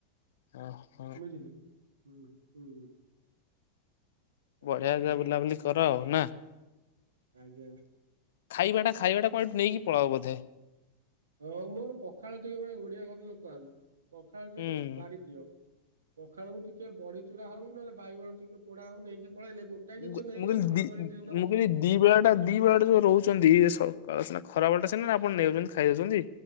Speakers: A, on the left (about 55°); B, on the right (about 70°).
A: ଅ ହ
B: ବୁଝିଲେ ହୁଁ ହୁଁ ଆଉ
A: ବଢିଆ
B: କଣ କରିବା
A: ଯା ବୁଲାବୁଲି କର ଆଉ ନା?
B: ଆଜ୍ଞା
A: ଖାଇବାଟା ଖାଇବାଟା କଣ ଏଠୁ ନେଇକି ପଳାଅ ବୋଧେ?
B: ହଁ ମୋର ପଖାଳ ଟିକେ ଭାଇ ଓଡିଆ ଘର ଲୋକ ଆମେ ପଖାଳ ଟିକେ
A: ହୁଁ
B: ଭାରି ପ୍ରିୟ। ପଖାଳକୁ ଟିକେ ବଢି ଚୁରା ହଉ ନହେଲେ ବାଇଗଣ ଟିକେ ପୋଡା ହଉ ନେଇକି ପଳେଇଲେ ଗୋଟ କାଇଁ
A: ମୁଁ
B: ଜିନିଷ ନେଇଗଲେ
A: ମୁଁ କହିଲି
B: ଝୋଳ
A: ଦି
B: କରି ଦିଗୋଟା
A: ମୁଁ
B: ଭାତ
A: କହିଲି ଦି ବେଳାଟା ଦି ବେଳାଟା ଯୋଉ ରହୁଛନ୍ତି ସକାଳ ସିନା ଖରା ବଳ ଟା ସିନା ଆପଣ ନେଇ ଯାଉଛନ୍ତି ଖାଇଦଉଛନ୍ତି।